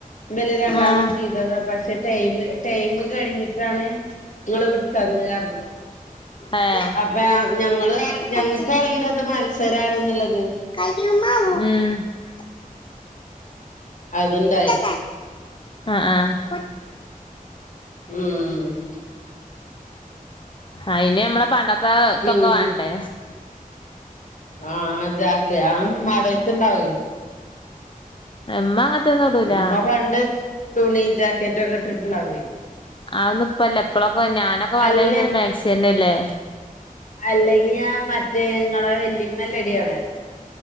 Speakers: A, on the left (about 60°); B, on the left (about 35°).
A: ഇബല് രണ്ടാളും
B: ആഹ്
A: ചെയ്തതാ. പക്ഷെ ടൈംമ് ടൈംമ് കഴിഞ്ഞിട്ടാണ് ങ്ങള് വിട്ടന്ന് പറഞ്ഞു.
B: ആഹ്
A: അപ്പ ഞങ്ങള് ഞങ്ങൾക്ക്
B: ഏഹ്
A: അറീല ഇത് മത്സരാണ്ന്നുള്ളത്.
B: ഉം.
A: അതുണ്ടായി.
B: ഇട്ടട്ടെ ആഹ് ആഹ്.
A: ഉം.
B: അയിന് നമ്മളെ പണ്ടത്തെ ഇതൊക്കെ
A: പിന്നെ
B: വാണ്ടേ?
A: ആഹ് അതാക്കെ, ആമ്മാടത്ത്ണ്ടാവയ്.
B: ഇമ്മ അങ്ങനത്തൊന്നും. ഇടൂല
A: ഇമ്മ പണ്ട്, തുണി, ജാക്കറ്റ് ഒക്കെ ഇട്ടിട്ടുണ്ടാവെയ്.
B: ആന്നും ഇപ്പല്ല. ഇപ്പളൊക്കെ ഞാനൊക്കെ വന്ന
A: അല്ല
B: മുതല് മാക്സീയന്നല്ലേ?
A: അല്ലെങ്കി ആഹ് മറ്റേ ഇങ്ങളെ വല്ലിമ്മല്ലെടീ അവിടെ?